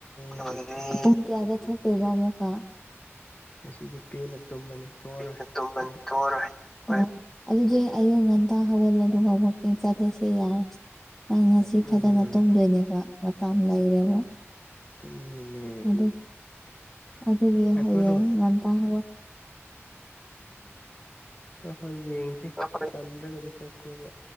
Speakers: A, in the centre; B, on the left.
A: ꯆꯉꯅꯤ
B: ꯑꯗꯨꯗꯤ
A: ꯄꯨꯡ ꯀꯌꯥꯗ ꯊꯣꯛꯇꯣꯏꯕ ꯑꯃꯨꯛꯀ
B: ꯉꯁꯤꯗꯤ ꯄꯦꯟꯅ ꯇꯨꯝꯃꯅꯤ ꯊꯣꯛꯑꯔꯣꯏ
A: ꯊꯦꯡꯅ ꯇꯨꯝꯃꯅꯤ
B: ꯍꯣꯔꯦꯟ
A: ꯊꯣꯛꯑꯔꯣꯏ ꯑꯣ ꯑꯗꯨꯗꯤ ꯑꯌꯨꯛ ꯉꯟꯇꯥ ꯍꯧꯒꯜꯂꯣ ꯑꯗꯨꯒ ꯋꯥꯛꯀꯤꯡ ꯆꯠꯂꯁꯦ ꯌꯥꯔꯦ ꯅꯪ ꯉꯁꯤ
B: ꯎꯝ
A: ꯐꯖꯅ ꯇꯨꯝꯗꯣꯏꯅꯦꯕ ꯃꯇꯝ ꯂꯩꯔꯦꯕ
B: ꯇꯨꯝꯗꯣꯏꯅꯦ
A: ꯑꯗꯨ ꯑꯗꯨꯒꯤ
B: ꯑꯩꯈꯣꯏꯔꯣ
A: ꯍꯌꯦꯡ ꯉꯟꯇꯥꯕ
B: ꯍ ꯍꯣꯏ ꯌꯦꯡꯁꯦ
A: ꯍꯣꯏ
B: ꯇꯟꯗ꯭ꯔꯒꯗꯤ ꯆꯠꯁꯦꯕ